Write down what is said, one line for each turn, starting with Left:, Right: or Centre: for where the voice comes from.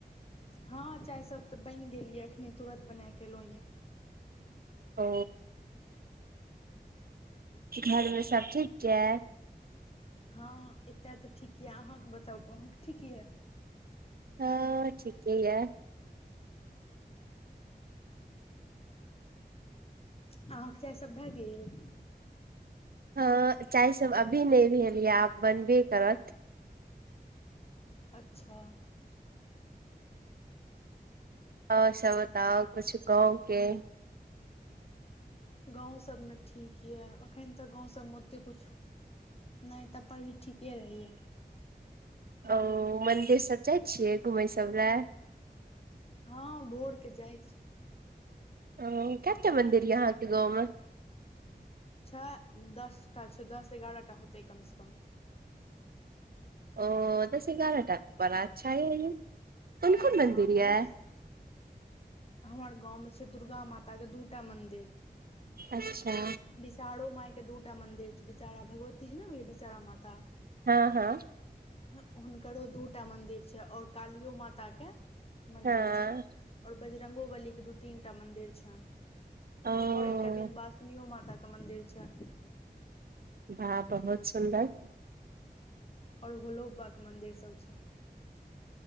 Left: हँ चाय सब तऽ बनि गेल यए अखने तुरत बना क एलहुँ यए।
Right: ओ घर मे सब ठीक छै?
Left: हँ एते तऽ ठीक यऽ अहाँ के बताउ अहाँ के ठीक यऽ।
Right: हँ ठीके य।
Left: अहाँ के चाय सभ भऽ गेल।
Right: हँ चाय सब अभी नहि भेल यए आब बनबे करत।
Left: अच्छा।
Right: और सब बताउ कुछु गाँव के।
Left: गाँव सभ मे ठीक यए एखन तऽ गाँव सभ मे ओतेक किछु। नहि तब पर भी ठीके रहिया।
Right: ओ मन्दिर सब जाइ छियै घुमै सब लए।
Left: हँ भोरके जाइ छी।
Right: ओ कते मंदिर यऽ अहाँ के गाँव में।
Left: छ दसटा छै दस एगारहटा होतै कम सँ कम।
Right: ओ दस एगारहटा बड़ा अच्छा यै कोन-कोन मंदिर
Left: हँ बहुत
Right: यऽ।?
Left: हमर गाँंव मे छै दुर्गा माता के दू टा मंदिर।
Right: अच्छा।
Left: विषारो माय के दू टा मंदिर छै विषारा भगवतीजी न होइया विषारा माता।
Right: हँ हँ।
Left: ह हुनकरो दू टा मंदिर छै और कालियो माता के मंदिर
Right: हँ
Left: छै और बजरंगो बली के दू तीनटा मंदिर छै और
Right: ओ
Left: एक एक टा विंध्यवासनियो माता के मंदिर छै।
Right: भा बहुत सुन्दर।
Left: आओर भोलोबा के मंदिर सब छै।